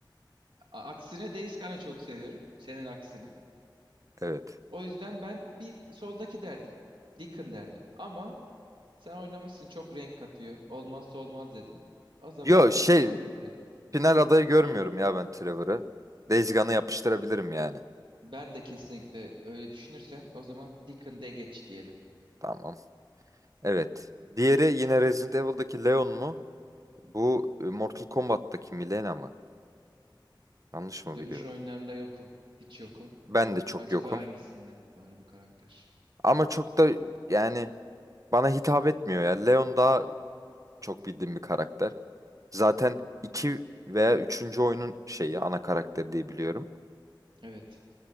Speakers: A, on the right (about 85°); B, on the right (about 40°).
A: A- aksine Days Gone'ı çok seviyorum senin aksine.
B: Evet.
A: O yüzden ben bir soldaki derdim. Deacon derdim. Ama sen oynamışsın çok renk katıyor. Olmazsa olmaz dedin. O zaman
B: Yo
A: ben
B: şey
A: de Trevor derim.
B: final adayı görmüyorum
A: Hı.
B: ya ben Trevor'ı. Days Gone'ı yapıştırabilirim yani.
A: Ben de kesinlikle öyle düşünürsen o zaman Deacon de geç diyelim.
B: Tamam. Evet. Diğeri yine Resident Evil'daki Leon mu? Bu e, Mortal Kombat'taki Milena mı? Yanlış mı
A: Dövüş
B: biliyorum?
A: oyunlarında yokum. Hiç yokum.
B: Ben de çok
A: Acaba
B: yokum.
A: hangisinde var bu karakter?
B: Ama çok da yani bana hitap etmiyor ya. Leon daha çok bildiğim bir karakter. Zaten 2 veya üçüncü oyunun şeyi ana karakter diye biliyorum.
A: Evet.